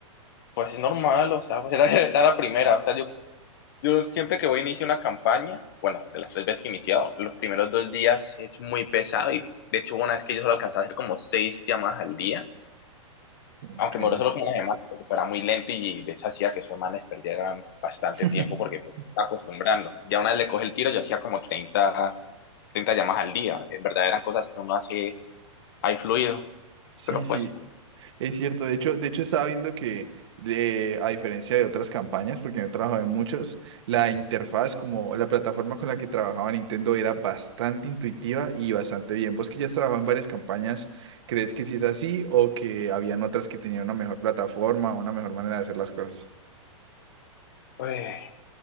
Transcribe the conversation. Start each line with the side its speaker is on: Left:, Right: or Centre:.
Left: Pues es normal, o sea, pues era, era la primera, o sea, yo, yo siempre que voy a iniciar una campaña, bueno, de las tres veces que he iniciado, los primeros dos días es muy pesado y de hecho hubo una vez que yo solo alcanzaba a hacer como seis llamadas al día,
Right: Ok.
Left: aunque me duró solo como una semana, porque era muy lento y de hecho hacía que esos manes perdieran bastante
Right: <laughs>
Left: tiempo porque pues, se está acostumbrando. Ya una vez le coge el tiro, yo hacía como treinta treinta llamadas al día, en verdad eran cosas que uno hace ahí fluido,
Right: Sí,
Left: pero
Right: sí.
Left: pues...
Right: Es cierto, de hecho, de hecho estaba viendo que eh, a diferencia de otras campañas, porque yo he trabajado en muchas, la interfaz como la plataforma con la que trabajaba Nintendo era bastante intuitiva y bastante bien. Vos que ya has trabajado en varias campañas, ¿crees que sí es así o que habían otras que tenían una mejor plataforma o una mejor manera de hacer las cosas?
Left: uy.